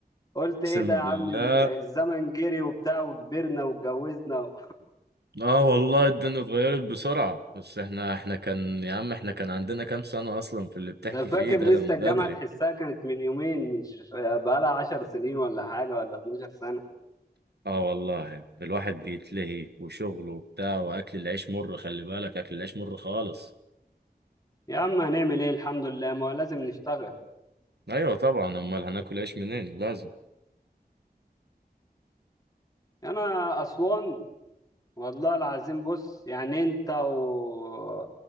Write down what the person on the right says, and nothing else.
اقسم
بالله
اه والله الدنيا اتغيرت بسرعة بس احنا احنا كان يا عم احنا كان عندنا كام سنة أصلا في اللي بتحكي
فيه ده
ده من
بدري
اه والله الواحد بيتلهي وشغله وبتاع وأكل العيش مر خلي بالك أكل العيش مر خالص
أيوة طبعا أمال هناكل عيش منين لازم